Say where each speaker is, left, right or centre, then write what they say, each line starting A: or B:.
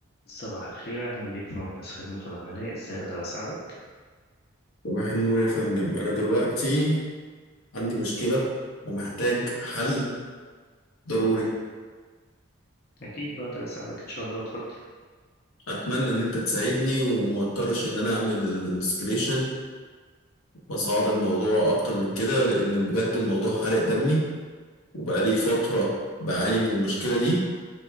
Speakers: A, on the left; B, on the left.
A: صباح الخير أهلا بك في مركز خدمة العملاء إزاي أقدر أساعدك؟
B: صباح النور يا فندم أنا دلوقتي عندي مشكلة ومحتاج حل ضروري
A: أكيد بقدر أساعدك إن شاء الله اتفضل
B: أتمنى إن أنت تساعدني وما اضطرش إن أنا أعمل اسكليشن وأصعد الموضوع أكتر من كده لأن بجد الموضوع حرق دمي وبقالي فترة بعاني من المشكلة دي